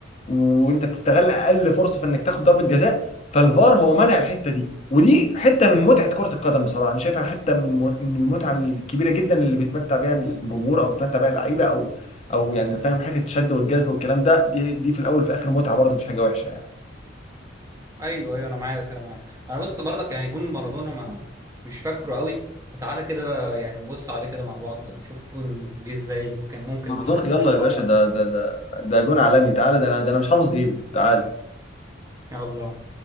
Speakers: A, on the left; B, on the right.
A: وانت بتستغل اقل فرصه في انك تاخد ضربه جزاء فالفار هو منع الحته دي ودي حته من متعه كره القدم بصراحه انا شايفها حته من من المتعه الكبيره جدا اللي بيتمتع بيها الجمهور او بيتمتع بيها اللعيبه او او يعني فاهم حته الشد والجذب والكلام ده دي دي في الاول وفي الاخر متعه برضه مش حاجه وحشه يعني
B: ايوه ايوه انا معاك انا معاك انا بس برضك يعني جون مارادونا ما مش فاكره قوي فتعالى كده بقى يعني نبص عليه كده مع بعض نشوف الجون جه ازاي وكان ممكن
A: مارادونا
B: الحكم
A: يلا
B: يشوفها
A: يا باشا
B: ولا
A: ده ده ده ده جون عالمي تعالى ده انا ده انا مش حافظ غيره تعالى
B: لا يلا